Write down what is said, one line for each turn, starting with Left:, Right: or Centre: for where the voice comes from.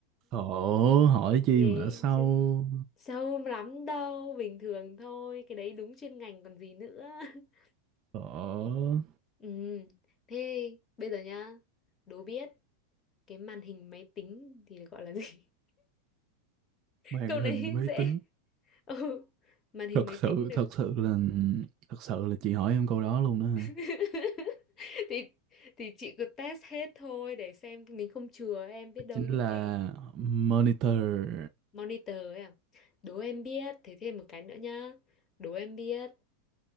Right: Khổ hỏi chi
Left: Ghê
Right: mà đã sâu.
Left: chứ. Sâu lắm đâu, bình thường thôi, cái đấy đúng chuyên ngành còn gì nữa. <laughs>
Right: Khổ
Left: Ừ. Thế bây giờ nhá, đố biết cái màn hình máy tính thì được gọi là gì?
Right: màn
Left: câu này
Right: hình
Left: <laughs>
Right: máy
Left: dễ
Right: tính.
Left: ừ. màn hình
Right: Thật
Left: máy
Right: sự
Left: tính được
Right: thật sự là thật sự là chị hỏi em câu đó luôn đó hả?
Left: <laughs> thì thì chị cứ test hết thôi để xem mình không chừa em biết đâu
Right: Chính
Left: những
Right: là
Left: cái
Right: monitor
Left: monitor ấy à đố em biết thế thêm một cái nữa nhá đố em biết